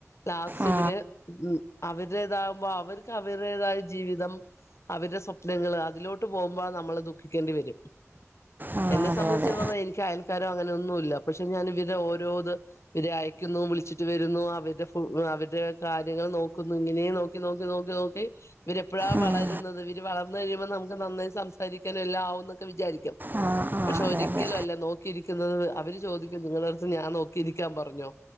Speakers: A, on the left; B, on the right.
A: ലാസ്റ്റ് ശ്ശേവര്
B: ആ
A: അവരുടേതാകുമ്പോ അവർക്ക് അവരുടേതായ ജീവിതം അവരുടെ സ്വപ്നങ്ങള് അതിലോട്ട് പോകുമ്പോ നമ്മള് ദുഃഖിക്കേണ്ടി വരും.
B: ആ
A: എന്നെ
B: അതെ
A: സംബന്ധിച്
B: അതെ
A: പറഞ്ഞാൽ എനിക്ക് അയൽക്കാരോ അങ്ങനെ ഒന്നും ഇല്ല പക്ഷെ ഞാൻ ഇവരടെ ഓരോ ഇത് ഇവരെയ ന്നു വിളിച്ചിട്ട് വരുന്നു അവരുടെ ഫു അവര് ഇവരേ കാര്യങ്ങൾ നോക്കുന്നു ഇങ്ങനേ നോക്കി നോക്കി നോക്കി നോക്കി ഇവരെപ്പഴാ
B: ഉം.
A: വളരുന്നത് ഇവര് വളർന്നുകഴി യുമ്പം നമുക്ക് നന്നായി സംസാരിക്കാനും എല്ലാം ആവുംന്നൊക്കെ വിചാരിക്കും.
B: ആ ആ
A: പക്ഷെ
B: അതെ
A: ഒരിക്കലും
B: അതെ
A: അല്ല നോക്കിയിരിക്കുന്നത്, അവര് ചോദിക്കും നിങ്ങള അടുത്ത് ഞാൻ നോക്കിയിരിക്കാൻ പറഞ്ഞോ?